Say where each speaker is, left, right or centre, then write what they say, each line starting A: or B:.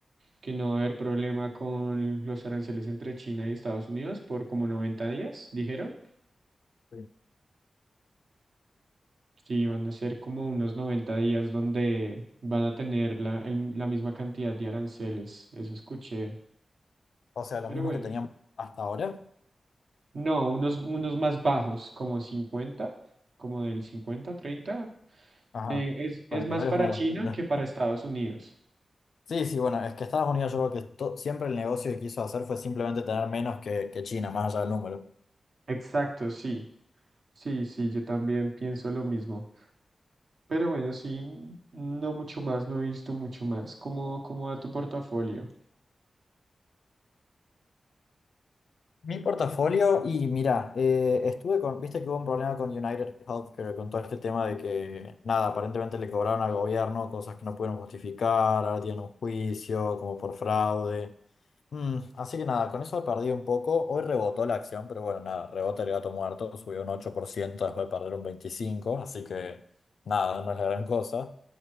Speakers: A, on the right; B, on the left.
A: que no va a haber problema con los aranceles entre China y Estados Unidos por como noventa días, dijeron.
B: Sí.
A: Sí, van a ser como unos 90 días donde van a tener la, el- la misma cantidad de aranceles, eso escuché.
B: O sea, los
A: Pero
B: mismos
A: bueno,
B: que tenían hasta ahora.
A: no, unos, unos más bajos, como cincuenta como del cincuenta treinta
B: Ajá.
A: Eh, es, es
B: Bueno,
A: más
B: igual
A: para
B: es una
A: China
B: locura.
A: que para Estados Unidos.
B: Sí, sí, bueno, es que Estados Unidos yo creo que to- siempre el negocio que quiso hacer fue simplemente tener menos que, que China, más allá del número.
A: Exacto, sí, sí, sí, yo también pienso lo mismo. Pero bueno, sí, no mucho más, no he visto mucho más. ¿Cómo, cómo va tu portafolio?
B: Mi portafolio, y mira, eh, estuve con, viste que hubo un problema con United Healthcare, con todo este tema de que, nada, aparentemente le cobraron al gobierno cosas que no pudieron justificar, ahora tienen un juicio como por fraude. Mm, así que nada, con eso he perdido un poco. Hoy rebotó la acción, pero bueno, nada, rebota el gato muerto, subió un 8% después de perder un 25%, así que nada, no es la gran cosa.